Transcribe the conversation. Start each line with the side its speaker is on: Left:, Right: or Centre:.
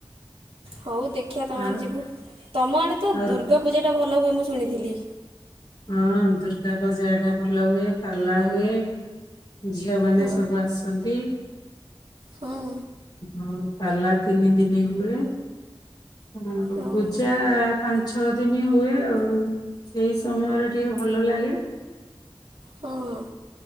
Right: ହଉ ଦେଖିବା ତମ
Left: ଆଉ
Right: ଆଡେ ଯିବୁ ତମ ଆଡେ ତ
Left: ଆଉ ର-
Right: ଦୁର୍ଗାପୂଜାଟା ଭଲ ହୁଏ ମୁଁ ଶୁଣିଥିଲି
Left: ହଁ ଦୁର୍ଗାପୂଜାଟା ଭଲ ହୁଏ ପାଲା ହୁଏ। ଝିଅମାନେ
Right: ହଁ
Left: ସବୁ ଆସନ୍ତି।
Right: ହଁ
Left: ଓହୋ ପାଲା ତିନି ଦିନି ହୁଏ। ହଁ
Right: ଆଉ
Left: ପୂଜା ଆଁ ପାଞ୍ଚ ଛଅ ଦିନ ହୁଏ ଆଉ ସେଇ ସମୟରେ ଟିକେ ଭଲ ଲାଗେ।
Right: ହଁ-ଅ